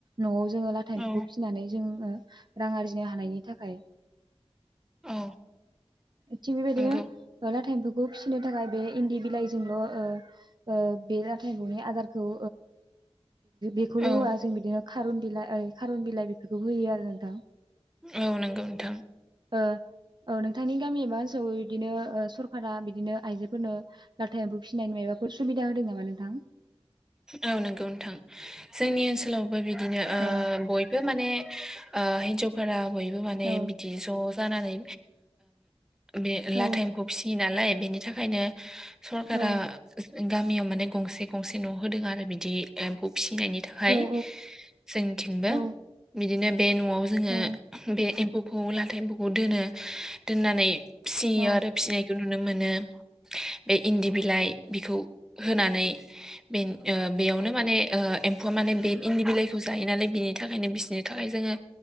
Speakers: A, on the right; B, in the centre.
A: न'वाव जोङो लाथा
B: औ
A: एमफौखौ फिसिनानै जोङो रां आरजिनो हानायनि थाखाय।
B: औ।
A: थिग बेबायदिनो
B: नंगौ
A: लाथा एमफौखौ फिसिनो थाखाय बे इनदि बिलाइजोंल' ओ ओ बे लाथा एमफौनि आदारखौ बेखौल'
B: औ
A: होआ जों बिदिनो खारुन बिलाइ ओरै खारुन बिलाइ बेफोरखौ होयो आरो नोंथां।
B: औ नंगौ नोंथां।
A: ओ औ नोंथांनि गामि एबा ओनसोलावबो बिदिनो सरकारा बिदिनो आइजोफोरनो लाथा एमफौ फिसिनायनि मायाबा सुबिदा होदों नामा नोंथां?
B: औ नोंगौ नोंथां जोंनि ओनसोलावबो बिदिनो
A: औ
B: बयबो माने हिनजावफोरा बयबो माने
A: औ
B: बिदि ज' जानानै बे लाथा
A: औ
B: एमफौ फियो नालाय बेनि थाखायनो सरकारा
A: औ
B: गामियाव माने गंसे गंसे न' होदों आरो बिदि एमफौ फिसिनायनि थाखाय
A: औ
B: जोंथिंबो
A: औ
B: बिदिनो बे न'आव जोङो
A: औ
B: बे एमफौखौ लाथा एमफौखौ दोनो दोननानै फिसियो
A: औ
B: आरो फिसिनायखौ नुनो मोनो बे इनदि बिलाइ बिखौ होनानै बे बेयावनो माने एमफौआ माने बे इनदि बिलाइखौ जायो। नालाय बिनि थाखायनो बिसोरनि थाखाय जोङो